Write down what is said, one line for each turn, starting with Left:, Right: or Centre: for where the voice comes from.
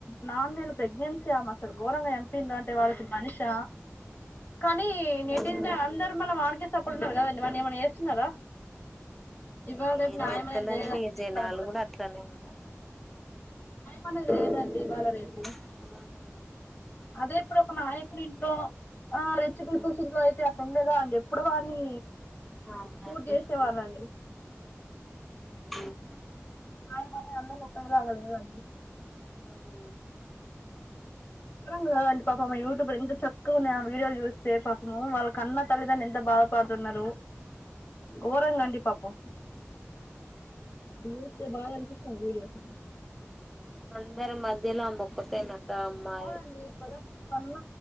Left: నాలుగు నెలల ప్రెగ్నెన్సీ ఆమె అసలు ఘోరంగా ఎంపీడు అంటే
Centre: ఉమ్
Left: వాడు అసలు మనిషా కానీ నేటిజన్
Centre: ఉమ్
Left: అందరు మల్ల వానికి సపోడు ఉన్నారు కదండి వానీ ఏమైన్నా చేస్తున్నారా ఇవాళ రేపు
Centre: ఏం
Left: న్యాయం
Centre: చెతాలండి
Left: అనేది లేదండి
Centre: జనాలు
Left: ఎక్కడ
Centre: కూడా అట్లనే ఉన్నారు
Left: మంచిదని లేదంటే ఇవాళ రేపు
Centre: ఆ హ
Left: అదే ఇప్పుడు ఒక నాయకునింట్లో ఆ రిచ్
Centre: ఉమ్
Left: పీపుల్స్ ఇంట్లో అయితే అట్లా ఉంటదండి ఎప్పుడో వాని
Centre: అవునండి
Left: షూట్ చేసేవాళ్ళండి
Centre: ఉ
Left: అవునండి అందరికీ ఒకేలాగా ఉంటదండి
Centre: ఉ
Left: కద అండి పాపం యూట్యూబ్ లో ఇంత చక్కగా ఆమె వీడియోలు చూస్తే పాపము వాళ్ళకి కన్నా తల్లిదండ్రులు ఎంత బాధపడుతున్నారు గోరంగా అండి పాపం చూస్తే బాధ అనిపిస్తుంది వీడియోస్
Centre: అందరి మధ్యలో ఆమె ఒక్కతేనట అమ్మాయి
Left: అవునండి పద అన్న